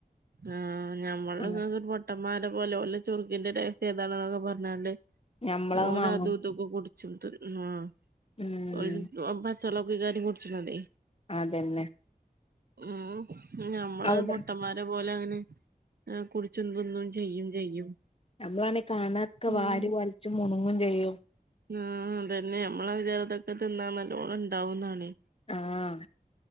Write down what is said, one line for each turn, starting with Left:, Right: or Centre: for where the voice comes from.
Right: ആഹ് ഞമ്മളൊക്കെ
Left: ഉം
Right: <unintelligible> ട്ടമ്മാരെപോലെ ഒലെ ചുർക്കിന്റെ രഹസ്യം ഇതാണ്ന്നൊക്കെ പർഞ്ഞാണ്ട്
Left: ഞമ്മളത്
Right: ഓലതു
Left: മാങ്ങും
Right: തൊക്കെ കുടിച്ചിട്ട് ആഹ്
Left: ഉം
Right: ഓല് പച്ചള്ളക്കെകാരം കുട്ച്ചിണതേ.
Left: അതന്നെ.
Right: ഉം ഞമ്മളത്
Left: അവിടെ
Right: പൊട്ടൻ മാരെ പോലെ അങ്ങനെ ആഹ് കുടിച്ചും തിന്നോം ചെയ്യും ചെയ്യും.
Left: ഞമ്മളാണെ കാണക്കെ
Right: ഉം
Left: വാരിവലിച്ച് മുണുങ്ങും ചെയ്യും.
Right: ആഹ് അതന്നെ നമ്മളെ വിചാരം അതൊക്കെ തിന്നാ നല്ലോണം ഇണ്ടാവുന്നാണേ.
Left: ആഹ്